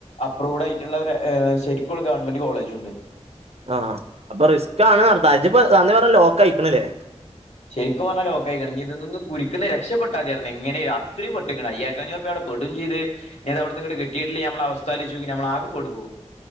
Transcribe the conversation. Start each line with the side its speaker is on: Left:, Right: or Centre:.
Left: അപ്രൂവ്ഡ് ആയിട്ടുള്ള ഒരു ഏ ശരിക്കുള്ള ഗവൺമെന്റ് കോളേജ് ഉണ്ട്
Right: ആഹ് അപ്പൊ റിസ്കാണ് അർഥം ഇജ്ജ്പ്പൊ അന്ന് കുറേ ലോക്ക് ആയിക്കുണുല്ലേ
Left: ശരിക്കും പറഞ്ഞാ ലോക്കായികാണ് എനി ഇതിന്നൊന്ന് കുരിക്ക്ന്ന് രക്ഷപ്പെട്ടാമതിയായിരുന്നു എങ്ങനെലും അത്രയും പെട്ട്കുണൂ അയ്യായിരതഞ്ഞൂർപ്യ അവടെ പെടും ചെയ്ത് ഇനി അത് അവിടന്ന് ഇങ്ങട് കിട്ടിയിട്ടില്ലേൽ ഞമ്മളെ അവസ്ഥ ആലോയ്ചോക്ക് ഞമ്മൾ ആകെ <unintelligible>